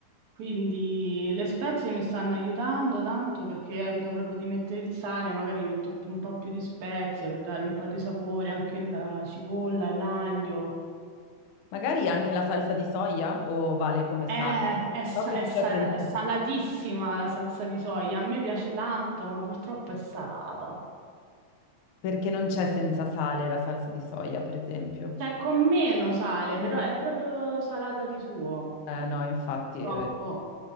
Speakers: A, on the right; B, on the left.
A: quindi le spezie mi stanno aiutando tanto perché evito proprio di mettere il sale, magari metto più- un po' più di spezie per dare un po' di sapore, anche la cipolla, l'aglio.
B: Magari anche la salsa di soia o vale come sale?
A: Eh, È, sa-
B: So che
A: è sa-
B: c'è senza-
A: è salatissima la salsa di soia, a me piace tanto, ma purtroppo è salata.
B: Perché non c'è senza sale la salsa di soia, per esempio.
A: Cioè, con meno sale,
B: Mm.
A: però è proprio salata di suo.
B: Eh, no, infatti,
A: Troppo.
B: eh,